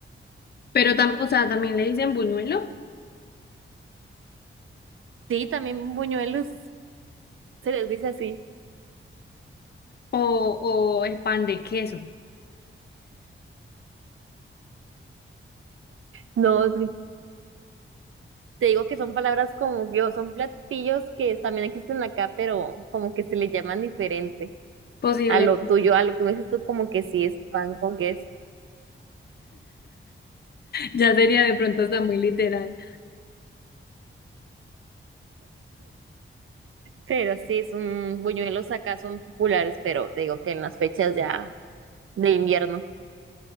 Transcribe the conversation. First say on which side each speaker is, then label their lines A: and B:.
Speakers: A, on the left; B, on the right.
A: Pero tam- o sea, también le dicen buñuelo
B: Sí, también buñuelos se les dice así.
A: o, o el pan de queso.
B: No, sí, te digo que son palabras como yo, son platillos que también existen acá, pero como que se les llaman diferente.
A: Posible.
B: a lo
A: <laughs>
B: tuyo, a lo que me dices tú, como que sí es pan con que es,
A: Ya sería de pronto hasta muy literal.
B: pero sí es un buñuelos acá son populares, pero te digo que en las fechas ya de invierno.